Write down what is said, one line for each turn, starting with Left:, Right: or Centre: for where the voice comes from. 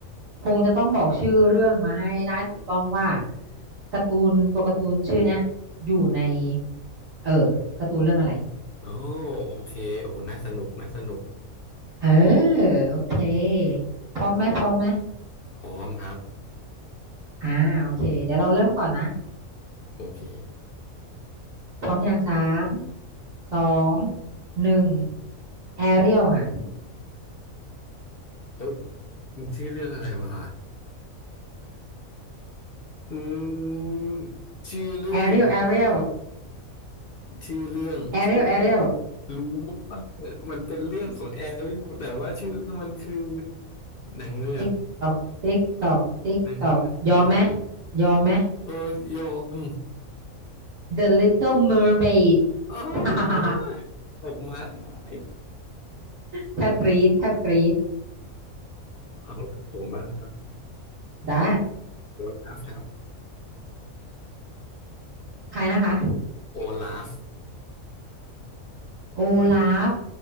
Right: คงจะต้องบอกชื่อเรื่องมาให้ได้ถูกต้องว่าการ์ตูนตัวการ์ตูนชื่อเนี้ยอยู่ในเออการ์ตูนเรื่องอะไร
Left: โอ้โอเคโอ้โหน่าสนุกน่าสนุก
Right: เออโอเคพร้อมไหมพร้อมไหม
Left: พร้อมครับ
Right: อ่าโอเคเดี๋ยวเราเริ่มก่อนนะ
Left: โอเค
Right: พร้อมอย่างสามสองหนึ่ง แอเรียลค่ะ
Left: เอ้ยมันชื่อเรื่องอะไรวะอืมชื่อเรื่อง
Right: แอเรียลแอเรียล
Left: ชื่อเรื่องชื่อเรื่อง
Right: แอเรียลแอเรียล
Left: รู้ว่ามันเป็นเรื่องของแอร์แต่ว่าชื่อเรื่องมันคือนางเงือก
Right: ติ๊กตอกติ๊กตอกติ๊กตอกยอมไหม
Left: นางเงือกนางเงือก
Right: ยอมไหม
Left: เออยอม
Right: The Little Mermaid
Left: อ๋อ
Right: <laughs>
Left: ตกมาตาย
Right: แทบกรี๊ดแทบกรี๊ด
Left: เอาผมบ้างครับ
Right: ได้
Left: โอลาฟครับ
Right: ใครนะคะ
Left: โอลาฟ
Right: โอลาฟ